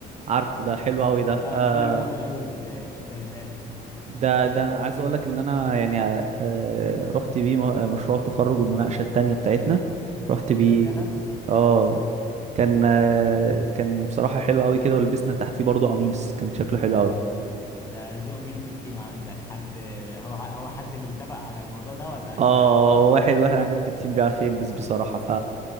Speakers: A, on the right; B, on the left.
A: عارفه ده حلو قوي ده
B: آه،
A: آه
B: طلع موضة قوي الشتاء اللي فات
A: ده ده أنا عايز اقول لك ان انا يعني آه رحت بيه م- مشروع التخرج المناقشه التانيه بتاعتنا رحت بيه
B: ايه ده فعلا
A: اه كان آه كان بصراحه حلو قوي كده ولبسنا تحتيه برضو قميص كان شكله حلو قوي
B: ده ذوق مين في التيم عندك حد هو هو حد اللي اتفق على الموضوع ده ولا
A: اه
B: انت
A: واحد واحد عندنا في التيم بيعرف يلبس بصراحه ف